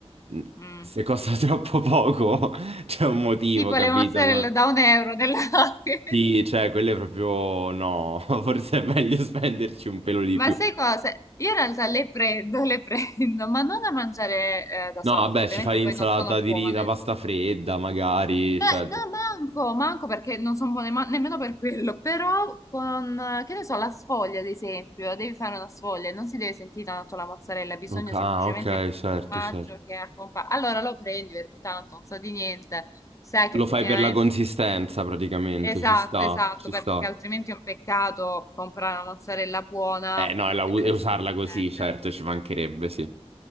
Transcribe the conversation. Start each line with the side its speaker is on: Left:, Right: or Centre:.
Right: Mm,
Left: eh. Mm.
Right: Se costa <laughs> troppo poco, c'è un motivo,
Left: Tipo
Right: capito?
Left: le mozzarella
Right: Co-
Left: da un euro della... <laughs>
Right: Sì, cioè, quelle proprio no. <laughs> Forse è meglio spenderci un pelo di
Left: Ma
Right: più.
Left: sai cosa? Io in realtà le prendo, le prendo, ma non a mangiare eh, da
Right: No,
Left: sola,
Right: vabbè,
Left: perché ovviamente
Right: ci fai l'insalata
Left: poi non sono buone.
Right: di riso, la pasta fredda, magari.
Left: Beh,
Right: Cioè...
Left: no, manco, manco perché non sono buone ma- nemmeno per quello, però con, eh, che ne so, la sfoglia ad esempio, devi fare una sfoglia, non si deve sentire tanto la mozzarella, bisogna
Right: Ok, ah,
Left: semplicemente
Right: ok,
Left: di un
Right: certo,
Left: formaggio
Right: certo.
Left: che accompagna. Allora lo prendi perché tanto non sa di niente, sai che
Right: Lo
Left: effettivamente...
Right: fai per la consistenza, praticamente,
Left: Esatto,
Right: ci sta,
Left: esatto,
Right: ci
Left: perché
Right: sta.
Left: altrimenti è un peccato comprare una mozzarella buona
Right: Eh no, e la
Left: e
Right: u-
Left: poi
Right: e usarla
Left: farsi
Right: così,
Left: perdere.
Right: certo, ci mancherebbe, sì.